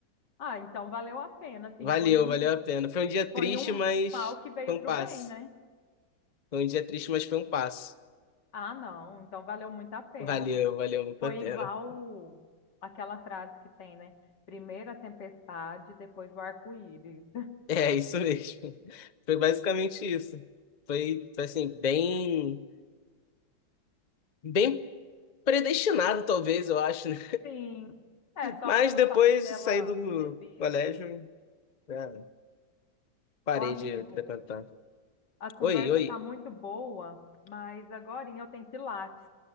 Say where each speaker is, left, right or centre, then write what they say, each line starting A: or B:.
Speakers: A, on the left; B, on the left.
A: Ah, então valeu a pena, assim,
B: Valeu,
A: foi um
B: valeu a pena. Foi um dia triste,
A: foi um
B: mas
A: mal que veio
B: foi um
A: pro
B: passo.
A: bem, né?
B: Foi um dia triste, mas foi um passo.
A: Ah, não, então valeu muito a pena.
B: Valeu, valeu muito
A: Foi
B: a pena.
A: igual
B: <laughs>
A: aquela frase que tem, né? Primeiro a tempestade, depois o arco-íris.
B: É isso mesmo. <laughs> Foi basicamente isso. Foi, foi assim, bem, bem predestinado, talvez, eu acho, né?
A: Sim. É, só
B: Mas
A: pelo
B: depois
A: fato dela
B: de sair do
A: ter visto.
B: colégio, já parei
A: Ô, amigo,
B: de frequentar.
A: a conversa
B: Oi, oi.
A: tá muito boa, mas agora eu tenho Pilates.